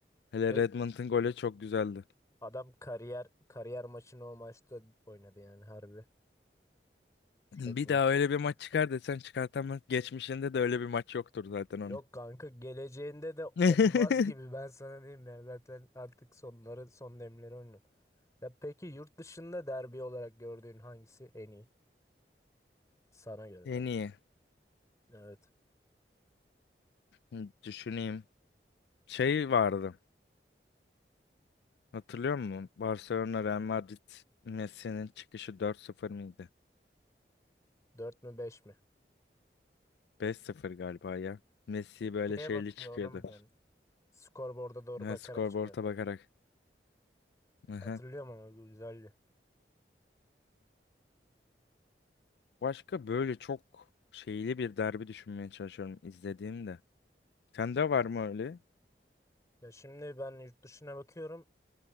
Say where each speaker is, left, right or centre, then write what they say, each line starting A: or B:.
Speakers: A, on the left; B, on the left.
A: Hele
B: Red
A: Redmond'un golü çok güzeldi.
B: Adam kariyer kariyer maçını o maçta oynadı yani harbi.
A: Bir
B: Redmond.
A: daha öyle bir maç çıkar desen çıkartamaz. Geçmişinde de öyle bir maç yoktur zaten
B: Yok
A: onun.
B: kanka geleceğinde de
A: <laughs>
B: olmaz gibi ben sana diyeyim ya. Zaten artık sonları son demleri oynuyor. Ya peki yurt dışında derbi olarak gördüğün hangisi en iyi? Sana göre
A: En
B: tabii.
A: iyi.
B: Evet.
A: Hı, Düşüneyim. Şey vardı. Hatırlıyor musun? Barcelona Real Madrid Messi'nin çıkışı 4-0 mıydı?
B: Dört mü beş mi?
A: 5-0 galiba ya. Messi böyle
B: Şeye
A: şeyli
B: bakıyor
A: çıkıyordu.
B: onu mu diyorsun? Skorboard'a doğru
A: Ne
B: bakarak
A: skorboard'a
B: çıkıyor.
A: bakarak. Aha.
B: Hatırlıyorum ama güzeldi.
A: Başka böyle çok şeyli bir derbi düşünmeye çalışıyorum izlediğimde. Sende var mı öyle?
B: Ya şimdi ben yurt dışına bakıyorum.